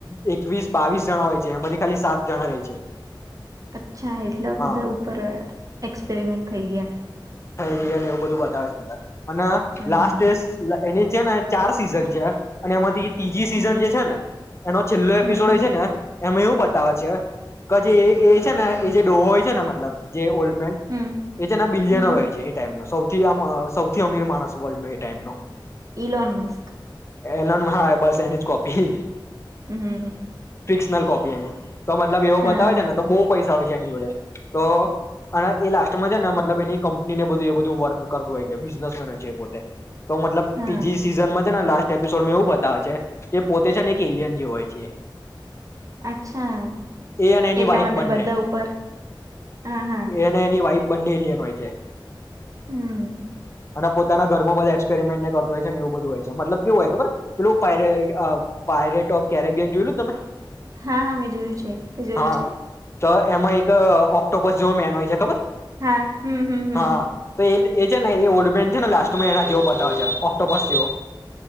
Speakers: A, on the left; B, on the right.
A: એકવીસ, બાવીસ જણા હોય છે, એમાંથી ખાલી સાત જણા રે છે.
B: અચ્છા એટલા
A: હા
B: બધા ઉપર એક્સપેરિમેન્ટ થઈ ગયા?
A: બિરિયાની એવું બધું બતાવે છે અંદર. અને
B: હમ
A: લાસ્ટ એસ એની છે ને ચાર સીઝન છે, અને એમાંથી તીજી સીઝન
B: હમ હમ
A: જે છે ને, એનો પલો
B: હમ
A: એપિસોડ હોઈ છે ને એમાં એવું બતાવે છે ક જે એ છે ને એ જે ડોહો હોય છે ને મતલબ જે ઓલ્ડ મેન
B: હમ
A: એ તેના બિલિયનોર
B: હમ
A: છે ટાઈમ નો સૌ થી આમ સૌથી અમીર માણસ વર્લ્ડ નો એ ટાઈમ નો.
B: Elon Musk.
A: એલન હા બસ એની જ કોપી.
B: હમ
A: ફિક્શનલ કોપી એની. તો મતલબ એવું
B: હા
A: બતાવે
B: હા
A: ને તો બહુ પૈસા <unintelligible> એની જોડે, તો અને એ લાસ્ટમાં છે ને મતલબ એની કંપનીને એ બધું એ બધું વર્ક કરતું હોય છે બિઝનેસમેન હોય છે એ પોતે. તો મતલબ
B: હા
A: તીજી સિઝનમાં છે ને લાસ્ટ એપિસોડમાં એવું બતાવે છે કે પોતે છે ને એક એલિયન <unintelligible> હોય છે
B: અચ્છા.
A: એ અને એની
B: એટલા
A: વાઈફ
B: માટે
A: બંને
B: બધા ઉપર, હા, હા.
A: એ અને એની વાઈફ બંને એલિયન હોય છે.
B: હમ્મ.
A: અને પોતાના ઘરમાં બધા એક્પેરિમેન્ટ ને કરતો હોય છે એવું બધું હોય છે. મતલબ કેવું હોય ખબર, પેલું પાએરે અહ પાયરેટો ક્યારે ગેન જોયેલું તમે?
B: હા હા મેં જોયું છે. તે જોયું
A: હા
B: છે?
A: તો એમાં એક અહ ઓક્ટોપસ જોવા મળ એનો હોય છે ખબર?
B: હા હમ્મ, હમ્મ, હમ્મ.
A: હા તો એ એ છે ને એ ઓલ્ડ મેન છે ને લાસ્ટ મે એના જેવો બતાવે છે ઓક્ટોપશ જેવો.